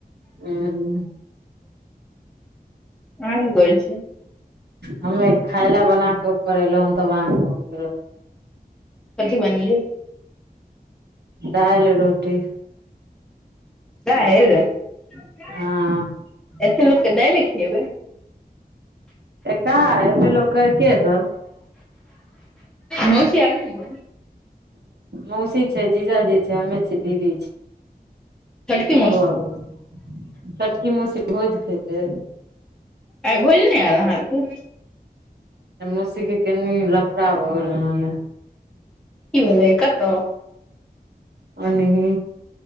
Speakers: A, on the right (about 85°); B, in the centre.
A: हे?
B: आहाँ की करे छीय?
A: हमे खाय ल बना के ऊपर एलो हन तब आहाँ फोन केलाउ।
B: कथी बनेलिय?
A: दाइल- रोटी।
B: दाइल एते
A: हँ
B: लोक के दैयले खियबै।
A: कहां एते लोक के सब।
B: मौसी आर नै होउ।
A: मौसी छै, जीजाजी छै, हमे छै, दीदी छै।
B: छोटकी मौसी
A: बौआ- बुच्ची छोटकी मौसी भोज खेतै।
B: आइ भोज ने आयल अहाँ आरके?
A: मौसी के केनी लफड़ा भऽगेले हन ने।
B: की भेलै, कतऽ।
A: अनही।